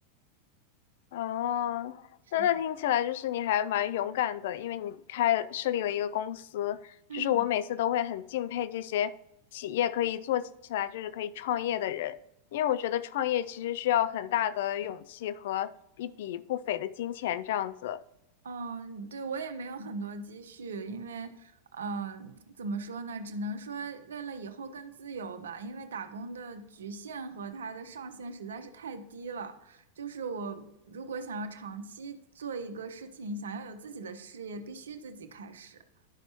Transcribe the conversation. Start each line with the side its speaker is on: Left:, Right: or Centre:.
Left: 哦，
Right: 是的。
Left: 那那听起来就是你还蛮勇敢的，因为你开设立了一个公司，
Right: 嗯
Left: 就是我每次都会很敬佩这些企业可以做起来，就是可以创业的人，因为我觉得创业其实需要很大的勇气和一笔不菲的金钱这样子。
Right: 嗯，对，我也没有很多积蓄，因为，嗯，怎么说呢，只能说为了以后更自由吧，因为打工的局限和它的上限实在是太低了。就是我如果想要长期做一个事情，想要有自己的事业，必须自己开始，